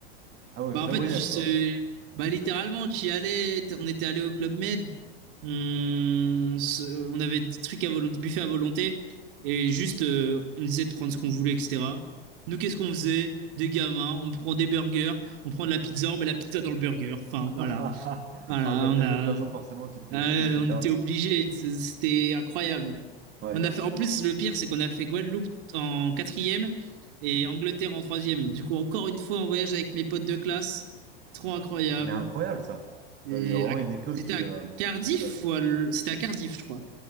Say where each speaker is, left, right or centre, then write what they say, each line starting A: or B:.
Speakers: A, on the right; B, on the right.
A: Ah ouais,
B: Bah,
A: vrai
B: en fait,
A: voyage
B: juste,
A: quoi.
B: euh, bah, littéralement, tu y allais, t- on était allé au Club Med, on, se- on avait des trucs à volonté, buffet à volonté, et juste, euh, on essayait de prendre ce qu'on voulait, etc. Nous, qu'est-ce qu'on faisait? Des gamins, on prend des burgers, on prend de la pizza, on met la pizza dans le burger. Enfin,
A: <laughs>
B: voilà.
A: Ah,
B: Voilà,
A: quand
B: on
A: t'es
B: a,
A: jeune, de toute façon, forcément, tu te fais
B: euh,
A: kiffer, etc.
B: on était obligés, c- c'était incroyable.
A: Ouais.
B: On a fait, en plus, le pire, c'est qu'on a fait Guadeloupe en quatrième et Angleterre en troisième. Du coup, encore une fois, en voyage avec mes potes de classe. Trop incroyable.
A: Mais incroyable ça.
B: Et
A: T'avais vraiment
B: à-
A: une école
B: C'était
A: qui,
B: à
A: euh,
B: Cardiff
A: qui se la...
B: ou à l- C'était à Cardiff, je crois.